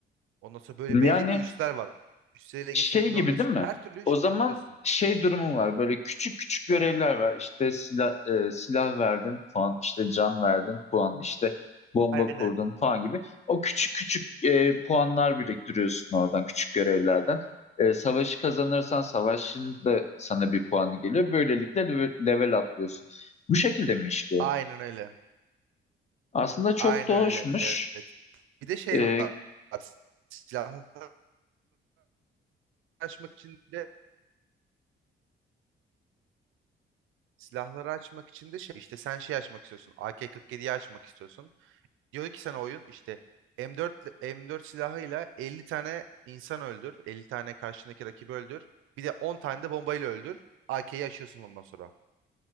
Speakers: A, on the right; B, on the left.
A: Ondan sonra böyle
B: Yani
A: belli bir üsler var. Üstleri ele
B: şey
A: geçirdiğinde
B: gibi
A: alıyorsun.
B: değil mi?
A: Her türlü
B: O
A: şekilde
B: zaman
A: alıyorsun.
B: şey durumu var. Böyle küçük küçük görevler var. İşte silah, e, silah verdin puan, işte can verdin puan, işte bomba
A: Aynen.
B: kurdun puan gibi. O küçük küçük e, puanlar biriktiriyorsun oradan küçük görevlerden. E, savaşı kazanırsan savaşın da sana bir puanı geliyor. Böylelikle leve- level atlıyorsun. Bu şekilde mi işliyor?
A: Aynen öyle.
B: Aslında çok
A: Aynen
B: da hoşmuş.
A: öyle. Evet. Bir de şey
B: E,
A: var. Silahları açmak için de Silahları açmak için de şey işte sen şey açmak istiyorsun. AK-47'yi açmak istiyorsun. Diyor ki sana oyun işte M4 M4 silahıyla 50 tane insan öldür. 50 tane karşındaki rakibi öldür. Bir de 10 tane de bombayla öldür. AK'yi açıyorsun ondan sonra.